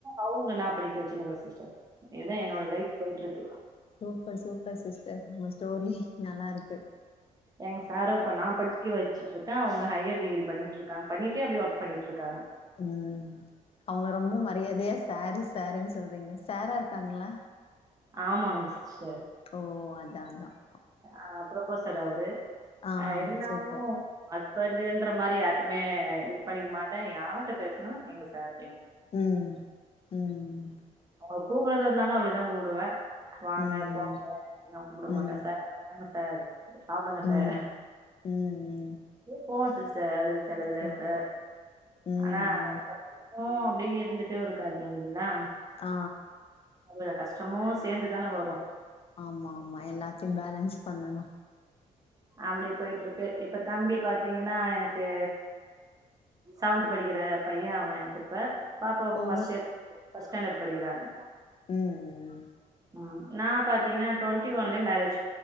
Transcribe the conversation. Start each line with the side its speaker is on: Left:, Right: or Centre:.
Right: அவ்ங்கள நா படிக்க வச்சிர்க்க ஸிஸ்டர் இதா என்னோட லைஃப் போய்ட்ருக்கு
Left: சூப்பர் சூப்பர் ஸிஸ்டர் உங்க ஸ்டோரி நல்லா இருக்கு
Right: எங்க சாரோ இப்ப நா படிக்க வச்சு சிட்டு இருக்க அவ்ங்க ஹையர் டிகிரி பண்ணிட்ருக்காங்க பண்ணிட்டே அப்டியே ஒர்க் பண்ணிட்ருக்காங்க
Left: ம் அவ்ங்கள ரொம்ப மரியாதையா சரு சருன்னு சொல்றீங்க சரா இர்க்காங்ளா
Right: ஆமாங்க ஸிஸ்டர்
Left: ஓ அதான் அதான்
Right: அ ப்ரொபசர் அவரு
Left: ஆ
Right: அ இருந்தாலு
Left: சூப்பர்
Right: ஹஸ்பண்டுன்ற மாரி யார்டயுமே இது பண்ணிக்க மாட்டே யார்ட்ட பேஸ்நாலும் எங்க ஸாரு
Left: ம் ம்
Right: அவ்ங்கல கூப்பட்றத இர்ந்தாலு அப்டிதா கூப்டுவே வாங்க
Left: ம்
Right: போங்க அப்டில்லா கூப்ட
Left: ம்
Right: மாட்டே என்னங்க சார் சாப்டுங்க சார்
Left: ம் ம்
Right: போன் ஸிஸ்டர் அதுல செலதுல
Left: சூப்பர்
Right: ச
Left: ம்
Right: அனா உம் அப்டி இருந்துட்டு இருக்காது இங்லிங்களா
Left: ஆ
Right: அதுல கஷ்டமு சேந்து தான வரு
Left: ஆமா ஆமா எல்லாத்தயு பேலன்ஸ் பண்ணணு
Right: அப்டி போய்ட்ருக்கு இப்ப தம்பி பாத்திங்கன்னா எனக்கு செவன்த் படிக்கிற பைய அவ எனக்கு இப்ப பாப்பா ஃபஸ்ட்
Left: ஓ
Right: இயர் ஃபஸ்ட் ஸ்டாண்டட் படிகிறாங்க
Left: ம்ம்
Right: ம் நா பாத்திங்கன்னா டொண்டி ஒன்லே மேரேஜ்